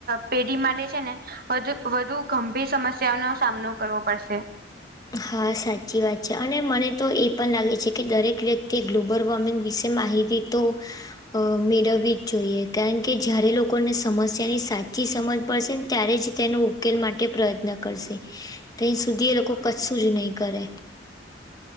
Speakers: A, on the right; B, on the left.
A: પેઢી માટે છે ને વધુ વધુ ગંભીર સમસ્યાઓનો સામનો કરવો પડશે.
B: હા સાચી વાત છે અને મને તો એ પણ લાગે છે કે દરેક વ્યક્તિએ ગ્લોબલ વોર્મિંગ વિશે માહિતી તો અ મેળવવી જ જોઈએ કારણ કે જયારે લોકોને સમસ્યાની સાચી સમજ પડશે ન ત્યારે જ તેનો ઉકેલ માટે પ્રયત્ન કરશે તહીં સુધી એ લોકો કશું જ નહીં કરે